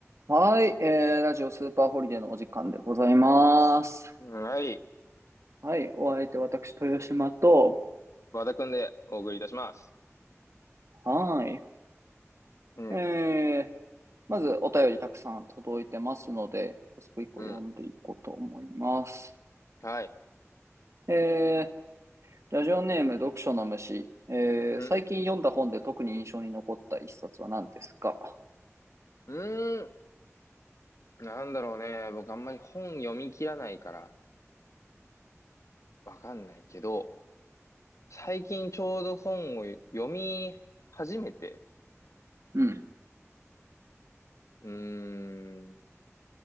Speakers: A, on the right; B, on the left.
A: はい、えー、ラジオスーパーホリデーのお時間でございます。
B: はい。
A: はい、お相手私、豊島と、
B: 和田くんでお送りいたします。
A: はい、
B: うん、
A: えー、まずお便りたくさん届いてますので、早速一個読んでいこうと思います。
B: うん、はい。
A: えー、ラジオネーム読書の虫、えー、
B: うん、
A: 最近読んだ本で特に印象に残った一冊は何ですか
B: うーん、なんだろうね。僕あんまり本読み切らないからわかんないけど、最近ちょうど本を読み始めて、
A: うん、
B: うーん、